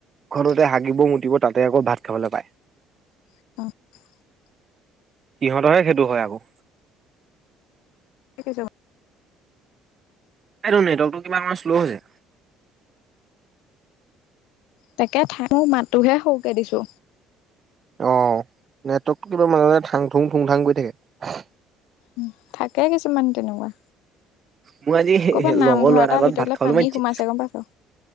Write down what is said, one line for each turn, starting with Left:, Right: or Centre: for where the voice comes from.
Right: ঘৰতে হাগিব, মুতিব তাতে আকৌ ভাত খাবলে পায়।
Left: <unintelligible>
Right: সিহঁতৰে সেইটো হয় আকৌ।
Left: সিকিচেবা
Right: আইটো নেটৱকৰ্টো কিবা মান শ্ল' হয়জে।
Left: তাকে ঠাই মো মাততোহে সওকে দিছো।
Right: অঁ, নেটৱৰ্কটো কিবা মানে মানে থাং থুং, থুং থাং কৰি থাকে।
Left: উ থাকে কিছুমান তেনকুৱা।
Right: মোৰ আজি
Left: কবাত নামঘৰ
Right: লগৰ ল'ৰা
Left: এটাৰ
Right: ঘৰত
Left: ভিতলে
Right: ভাত খাবলৈ
Left: পানী
Right: মাতিছে
Left: সোমাইছে গম পাইছ?